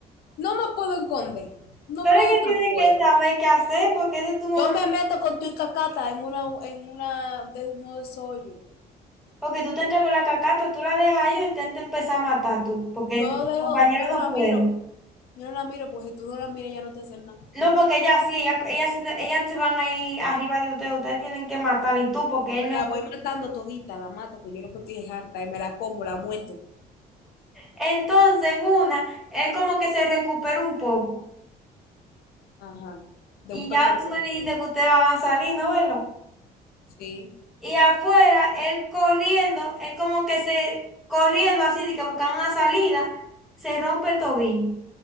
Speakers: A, on the left (about 65°); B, in the centre.
A: No me puedo esconder. No
B: Pero
A: puedo
B: es que
A: estar
B: tienes
A: afuera.
B: que saber qué hacer porque ese es tu momento.
A: Yo me meto con tu cacata en una, en una, de uno de esos hoyos.
B: Porque tú te entras con la cacata, tú la dejas ahí o intenta empezar a matar tú. Porque
A: Yo
B: el
A: dejo,
B: compañero
A: yo no
B: no
A: la
B: puede.
A: miro. Yo no la miro, pues si tú no la miras, ya no te hacen nada.
B: No, porque ella sí, ella, ella se, te- ellas se van ahí arriba de ustedes. Ustedes tienen que matar y tú porque él
A: Me
B: no
A: la
B: puede.
A: voy matando todita, la mato, que yo lo que estoy es harta, y me la como, la muerdo.
B: Entonces, en una, él como que se recuperó un poco.
A: Ajá. De
B: Y
A: un pecozón.
B: ya tú me dijiste
A: ¿verdad?
B: que ustedes van a salir, ¿no, verdad?
A: Sí.
B: Y afuera, él corriendo, él como que se, corriendo así, de que buscando una salida, se rompe el tobillo.